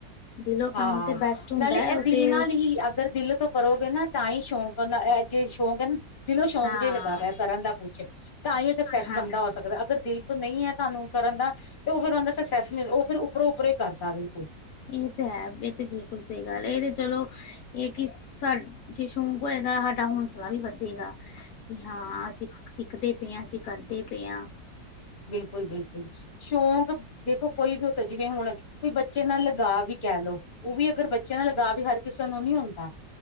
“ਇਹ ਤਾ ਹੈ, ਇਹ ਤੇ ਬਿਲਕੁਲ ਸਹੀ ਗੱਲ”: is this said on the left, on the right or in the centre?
Left